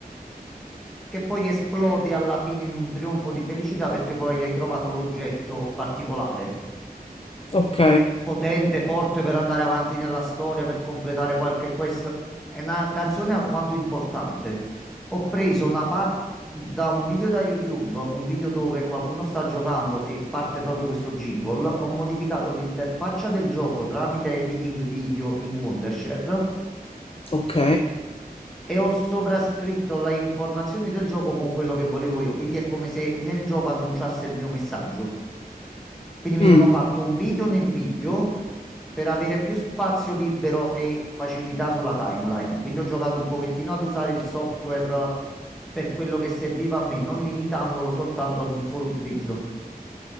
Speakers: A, in the centre; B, on the left.
A: che poi esplode alla fine in un trionfo di felicità perché poi hai trovato l'oggetto particolare,
B: Ok,
A: potente, forte per andare avanti nella storia, per completare qualche quest. È una canzone alquanto importante. Ho preso una parte da un video da YouTube, un video dove qualcuno sta giocando e parte proprio questo jingle. Ho modificato l'interfaccia del gioco tramite editing video in Wondershare
B: ok.
A: e ho sovrascritto le informazioni del gioco con quello che volevo io. Quindi è come se nel gioco annunciasse il mio messaggio. Quindi mi
B: Mm,
A: sono fatto un video nel video per avere più spazio libero e facilità sulla timeline. Quindi ho giocato un pochettino ad usare il software per quello che serviva a me, non limitandolo soltanto ad un solo utilizzo.